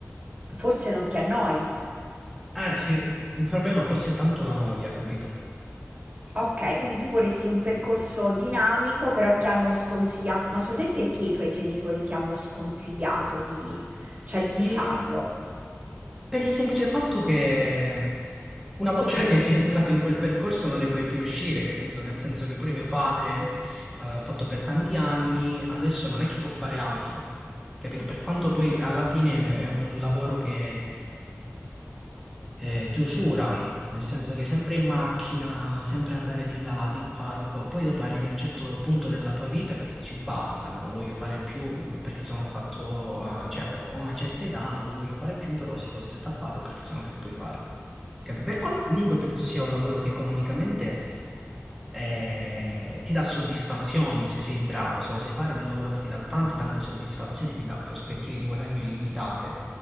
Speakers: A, on the right; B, in the centre.
A: forse non ti annoi.
B: Eh sì, il problema forse è tanto la noia, capito?
A: Ok, quindi tu vorresti un percorso dinamico, però ti hanno sconsigliato. Ma secondo te perché i tuoi genitori ti hanno sconsigliato di, cioè,
B: E-
A: di
B: e
A: farlo?
B: per il semplice fatto che una volta che sei entrato in quel percorso non ne puoi più uscire, capito? Nel senso che pure mio padre ah, l'ha fatto per tanti anni, adesso non è che può fare altro, capito? Per quanto
A: Mm, eh,
B: poi alla fine è un lavoro che eh, di usura, nel senso che sempre in macchina, sempre andare di là, di qua, di qua. Poi dopo arrivi a un certo punto della tua vita che dici basta, non lo voglio fare più mh, perché sono fatto, a- cioè ho ho una certa età, non lo voglio fare più, però sei costretto a farlo perché sennò che puoi fare? Capi- Per quanto comunque penso sia un lavoro che economicamente eh, ti dà soddisfazioni se sei bravo, se lo sai fare, è un lavoro che ti dà tante tante soddisfazioni, ti dà prospettive di guadagno illimitate